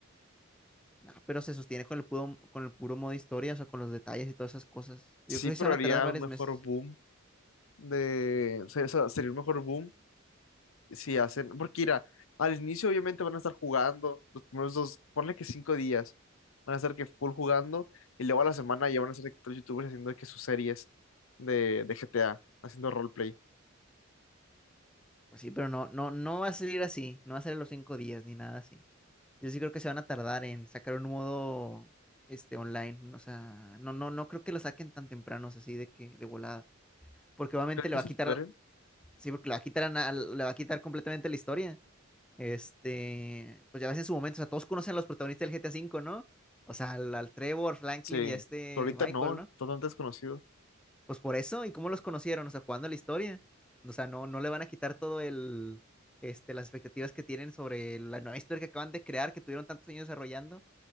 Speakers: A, in the centre; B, on the left.
A: No, pero se sostiene con el puro, con el puro modo historia, o sea, con los detalles y todas esas cosas.
B: Sí,
A: Yo creo que sí
B: pero
A: se van
B: haría
A: a tardar varios
B: un mejor
A: meses.
B: boom de, o sea, o sea, sería un mejor boom si hacen, porque mira, al inicio obviamente van a estar jugando, los primeros dos, ponle que cinco días, van a estar que full jugando, y luego a la semana ya van a ser de que todos los youtubers haciendo de que sus series de, de GTA, haciendo roleplay.
A: Pues sí, pero no, no, no va a salir así, no va a salir los cinco días ni nada así. Yo sí creo que se van a tardar en sacar un modo este online. O sea, no, no, no creo que lo saquen tan temprano, o sea, así de que, de volada. Porque obviamente
B: crees que
A: le va
B: se
A: a quitar,
B: esperen?
A: sí, porque le va a quitar a na- le va a quitar completamente la historia. Este, pues ya ves en su momento, o sea, todos conocen a los protagonistas del GTA cinco ¿no? O sea, al, al Trevor, Franklin
B: Sí,
A: y a este
B: pero ahorita
A: Michael,
B: no,
A: ¿no?
B: es totalmente desconocido.
A: Pues por eso, ¿y cómo los conocieron? O sea, jugando a la historia. O sea, no, no le van a quitar todo el, este, las expectativas que tienen sobre la nueva historia que acaban de crear, que tuvieron tantos años desarrollando,